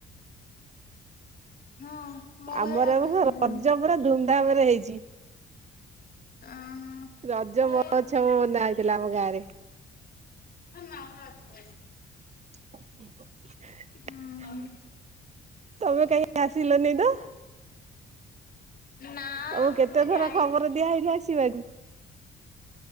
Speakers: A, on the left (about 50°); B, on the right (about 35°).
A: ହଁ। ମୁଁ
B: ଆମର
A: କୟା ତାଙ୍କୁ
B: ଏ
A: ଶୁବୁନି।
B: ରଜ ପୁରା ଧୁମୁଧାମ୍ ରେ ହେଇଚି।
A: ଅଁ
B: ରଜ
A: ମୁଁ
B: ମହୋତ୍ସବ
A: କହିଲି
B: ବନ୍ଧାହେଇଥିଲା ଆମ ଗାଁରେ।
A: <inaudible>
B: <inaudible>
A: ହୁଁ
B: ତମେ କାହିଁ ଆସିଲନିତ?
A: ନା
B: ତମକୁ କେତେଥର
A: ମୁଁ ଯାଇନି
B: ଖବରଦିଆ ହେଇଚି ଆସିବାକୁ।